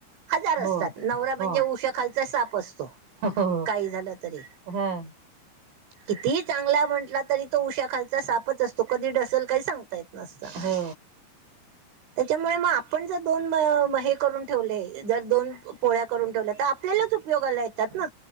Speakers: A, on the right; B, on the right.
A: हजार
B: हो
A: असतात, नवरा म्हणजे
B: हो
A: उषाखालचा साप असतो
B: हो
A: काही झालं तरी
B: <unintelligible>
A: कितीही चांगला म्हंटला तरी तो उशाखालचा सापच असतो कधी डसल काही सांगता येत नसतं,
B: हो
A: त्येच्यामुळे मग आपण जर दोन म मग हे करून ठेवले जर दोन पोळ्या करून ठेवल्या तर आपल्यालाच उपयोगाला येतात ना.